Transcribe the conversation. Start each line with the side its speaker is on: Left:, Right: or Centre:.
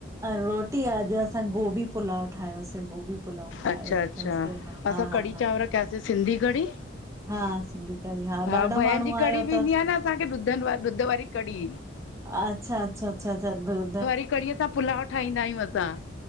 Right: रोटी हा अॼु असां गोभी पुलाव ठायोसीं, गोभी प पुलाव खाए
Left: अच्छा
Right: वरतो
Left: अच्छा
Right: सीं। हा हा
Left: असां
Right: हा
Left: कढ़ी
Right: हा
Left: चांवर सिंधी कढ़ी!
Right: हा सिंधी कढ़ी
Left: हा
Right: ॾाढा
Left: भहनि
Right: माण्हू
Left: जी कढ़ी
Right: आहियो
Left: बि
Right: त
Left: ईंदी आ न असांखे ॾुधनि ॾुध वारी क़ढ़ी।
Right: अच्छा अच्छा अच्छा अच्छा, दूर
Left: कड़ीअ सां पुलाव ठाहींदा आहियूं असां।